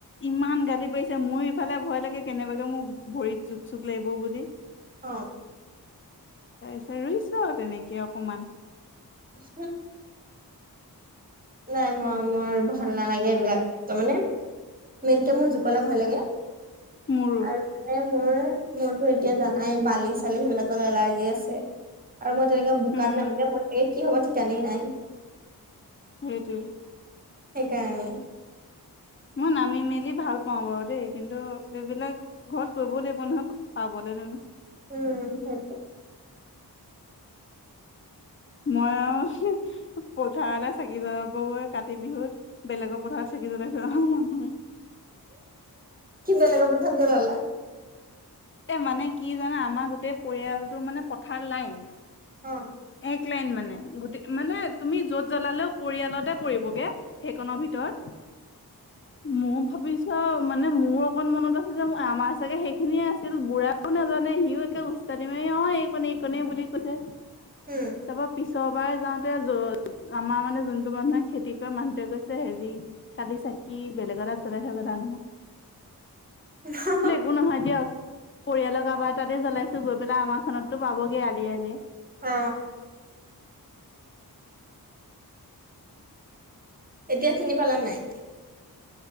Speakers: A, on the left; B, on the right.
A: ইমান গালি পাৰিছে, মোৰ ইফালে ভয় লাগে কেনেবাকে মোৰ ভৰিত জোক চোক লাগিব বুলি।
B: অ'।
A: তাৰপিছত ৰুইছো তেনেকে অকমান।
B: <unintelligible> নাই মই মোৰ ভাল নালাগে এইবিলাক তাৰ মানে মেইনকে মোৰ জোকলে ভয় লাগে।
A: মোৰো।
B: আৰু মানে মোৰ মোৰতো এতিয়া জানাই বালি চালি সেইবিলাকৰ এলাৰ্জি আছে। আৰু মই তেনেকে বোকাত
A: উম
B: নামিলে মোৰ চাগে কি হ'ব ঠিক তেনে নাই।
A: সেইটোৱেই।
B: সেইকাৰণে।
A: মই নামি মেলি ভাল পাওঁ বাৰু দেই কিন্তু এইবিলাক- ঘৰত কৰিবও লাগিব নহয় পাবলৈ -
B: উম উম।
A: মই আৰু পথাৰতে চাকি জ্বলাবগৈ কাতি বিহুত- বেলেগৰ পথাৰত চাকি জ্বলাই থৈ চো ন মই।
B: কি বেলেগৰ পথাৰত জ্বলা লা?
A: এ মানে কি জানে আমাৰ গোটেই পৰিয়ালটো মানে পথাৰ লাইন-
B: অ।
A: এক লাইন মানে গোটেই মানে তুমি য'ত জ্বলালেও পৰিয়ালতে পৰিবগে- সেইখনৰ ভিতৰত। মই ভাবিছো মানে মোৰ অকন মনত আছে যে আমাৰ চাগে সেইখিনিয়ে আছিল বুঢ়া একো নাজানে সিও একে ওস্তাদি মাৰি অ' এইকনে এইকনে বুলি কৈছে,
B: উম।
A: তাৰপা পিছৰ বাৰ যাওঁতে য আমাৰ মানে যোনটো মানুহে খেতি কৰে মানুহটোৱে কৈছে হেৰি কালি চাকি বেলেগৰ ৰাত জ্বাই থাক ধানো
B: অ।
A: একো নহয় দিয়ক, পৰিয়ালৰ কাৰবাৰ তাতে জ্বলাইছো গৈ পেলাই আমাৰখনততো পাবগে আলি আলিয়ে।
B: অ। এতিয়া চিনি পালা নে নাই?